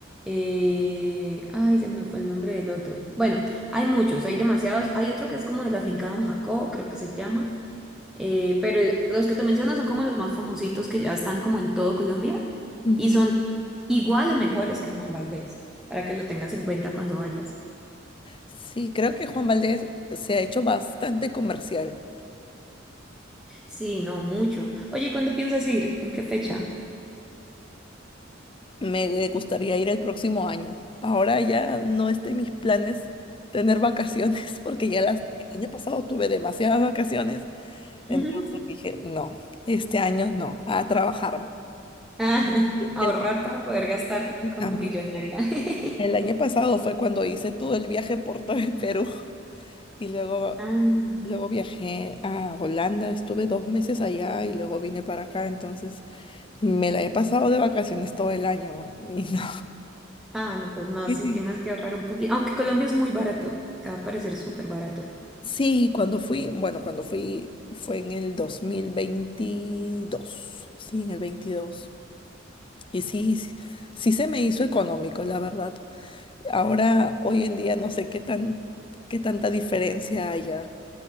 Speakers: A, in the centre; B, on the left.
A: eh, ay, se me fue el nombre del otro. Bueno, hay muchos, hay demasiados. Hay otro que es como de la finca Don Jacobo, creo que se llama. Eh, pero los que te menciono son como los más famositos que ya están como en todo Colombia
B: ujú.
A: y son igual o mejores que Juan Valdés, para que lo tengas en cuenta cuando vayas.
B: Sí, creo que Juan Valdez se ha hecho bastante comercial.
A: Sí, no, mucho. Oye, ¿y ¿cuándo piensas ir? ¿En qué fecha?
B: Me gustaría ir el próximo año. Ahora ya no está en mis planes tener vacaciones, <laughs> porque ya las, el año pasado tuve demasiadas vacaciones
A: <laughs>
B: Entonces dije, no, este año no, a trabajar.
A: Ah,
B: Y
A: ahorrar
B: El,
A: para poder gastar
B: y
A: como
B: también.
A: millonaria. <laughs>
B: El año pasado fue cuando hice todo el viaje por todo el Perú <laughs> y luego,
A: Ah,
B: luego viajé a Holanda, estuve dos meses allá y luego vine para acá, entonces me la he pasado de vacaciones todo el año. <laughs> y no.
A: ah, no, pues no,
B: Sí,
A: sí, tienes que ahorrar un poquito. Aunque Colombia es muy barato, te va a parecer súper barato.
B: Sí, cuando fui, bueno, cuando fui fue en el dos mil veintidós sí, en el veintidós Y sí, sí, sí se me hizo económico, la verdad. Ahora, hoy en día, no sé qué tan, qué tanta diferencia haya